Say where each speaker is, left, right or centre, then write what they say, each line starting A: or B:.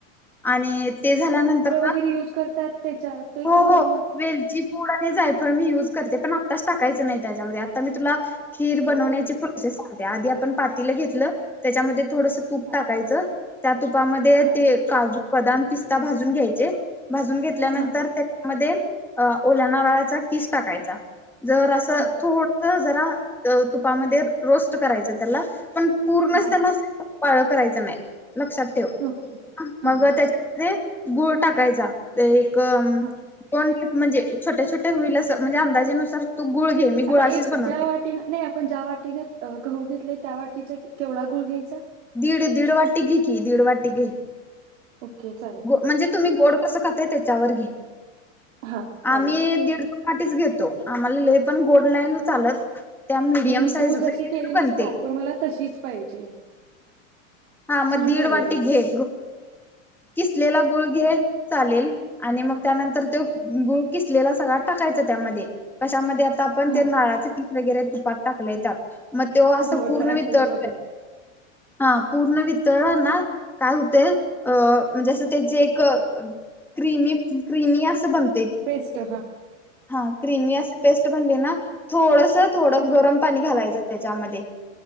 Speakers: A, in the centre; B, on the right.
A: आणि ते झाल्यानंतर
B: गैरे युज करतात त्याच्या ते
A: हो
B: काय
A: हो वेलची मोडा नाही जाय प मी युज करते पण आत्ताच टाकायचं नाही त्याच्यामध्ये आता मी तुला खीर बनवण्याची
B: ओके
A: प्रोसेस आधी आपण पातीला घेतलं त्याच्यामध्ये थोडस तूप
B: हा
A: टाकायचं तब तुपामध्ये
B: हा
A: ते काजू बदाम पिस्ता भाजून घ्यायचे भाजून घेतल्यानंतर
B: हा
A: मध्ये अ ओल्याना रळाचा किस टाकायचा जर असं
B: हा
A: थोड जरा तुपामध्ये रोस्ट करायच त्याला पण पूर्णच
B: हा
A: त्याला पाळ करायचा नाही लक्षात ठेव
B: ओके हा
A: मग
B: हा
A: त्याच्यामध्ये गूळ टाकायचा ते एक
B: ह
A: दोन म्हणजे छोट्या छोटे होईल म्हणजे अंदाजेनुसार तू गुळ घे मी गुळाचीच
B: आता एक
A: बनवते.
B: ज्या वाटीने नाही आपण ज्या वाटीने गहू घेतले त्या वाटीचा केवढा गुळ घ्यायचा
A: दीड दीड वाटी घ की दीड वाटी ग
B: ओके चालेल
A: म्हणजे तुम्ही कोड कसं खातय त्याच्यावर घे
B: हा चालेल
A: आम्ही दीड पाठीच घेतो आम्हाला लेह पण गोड लाला चालत त्या मीडियम
B: नाही मी
A: साईज
B: तू जशी केलीस
A: बनते
B: प्रॉपर मला तशीच पाहिजे
A: हा मग
B: छान
A: दीड
B: झालेली
A: वाटी घे
B: ती
A: किसलेला गुळघे चालेल आणि मग त्यानंतर तो गु कसलेला सगळा टाकायच त्यामध्ये कशामध्ये आता आपण
B: हा
A: त्या नाळाचं वगैरे तुपात टाकल्या य त्याात मग तेव असं
B: हो
A: पूर्ण
B: ड्रायफ्रूट्स
A: वितळ आहे
B: वगैरे
A: हा पूर्ण वितरणना काय होते अ म्हणजे असं त्याची एक क्रिमी क्र्रीमी असं बनत
B: वेस्ट हा
A: हा क्रिमी असे पेस्ट बनली ना थोडंस स थोडं
B: हा
A: गरम पाणी घालायचं त्याच्यामध्ये